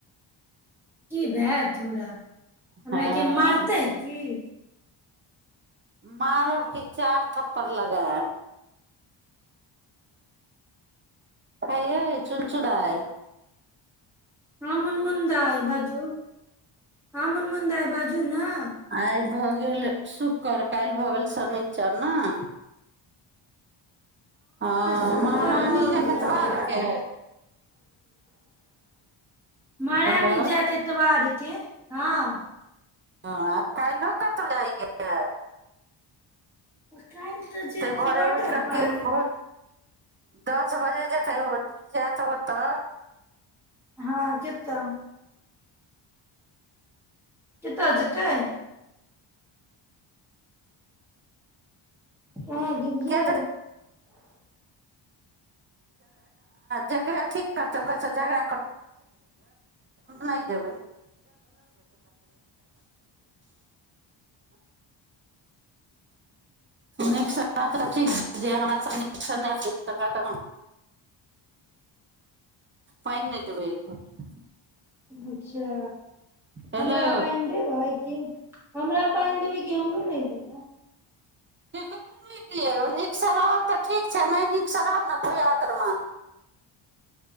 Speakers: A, in the centre; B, on the right.
A: कि भेट हमरा हमरा
B: हँ
A: के मरतै की
B: मारव की चार थप्पड़ लगाइव हये चुन चुराय
A: हँ मुन मुन दाइ बाजू ह मुन मुन बाजू न
B: आय भऽ गेल शुक्रर काल्हि भऽ गेल शनिचर न हँ
A: शुक्र
B: महारानी
A: भऽ
B: जैत
A: गेल
B: इतबार के
A: महारानी
B: हेलो
A: जायत एतबार के हँ
B: ह काईलो कतहु जाइ गेलिये
A: त काल्हि तऽ जेतै
B: भोरे
A: वाटर
B: उठि कऽ
A: पार्क
B: के भोर दस बजे जेतै ओ जायत ओतअ
A: हँ केतअ कतअ जतै कहाँ गेलियै
B: आ जक ठ झगड़ा नहिब नीकसँ तऽ ठीक छै जे हमरास नीकसँ नहि स सकत अह पाइन नइ देबै एक घोट
A: अच्छा
B: हेलो
A: हमरा पाइन देबै की हमरा पाइन देबै कि हमरो नइ देबै
B: केकरो नहि दियौ नीकसँ रहब तऽ ठीक छै नहि नीकसँ रहब ने कोइ आतरमान